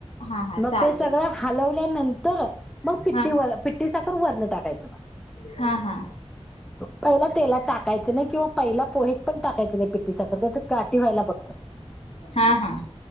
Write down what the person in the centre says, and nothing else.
मग
ते सगळ हलवल्यानंतर मग पिट्टी
वर पिट्टी साखर वरण टाकायचं बघ
पहिला तेला टाकायचं नाही किंवा पहिला पोहेत पण टाकायचं नाही पिट्टठी साखर त्याच काठी व्हायला बघत